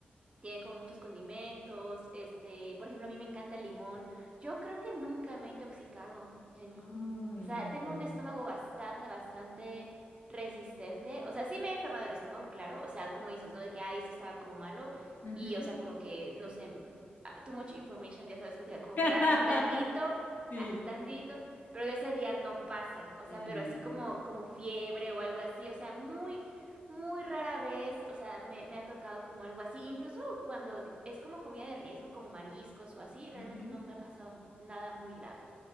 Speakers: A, on the right (about 30°); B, on the left (about 50°).
A: Tiene como muchos condimentos, este, por ejemplo, a mí me encanta el limón. Yo creo que nunca me he intoxicado, Jenny.
B: Ay,
A: O sea, tengo
B: no.
A: un estómago bastante, bastante resistente. O sea, sí me he enfermado el estómago, claro. O sea, como dices, ¿no? De que, ay, esto estaba como malo.
B: Ujú.
A: Y, o sea, como que, no sé, <laughs> ah, too much information, ya sabes, como que como
B: <laughs>
A: que haces blandito,
B: Sí.
A: haces blandito, pero de ese día no pasa. O sea,
B: Mm.
A: pero así como, como fiebre o algo así. O sea, muy. Muy rara vez, o sea, me, me ha tocado como algo así. Incluso cuando d- es como comida de riesgo, como mariscos o así, realmente
B: Ujú.
A: no me ha pasado nada muy grave.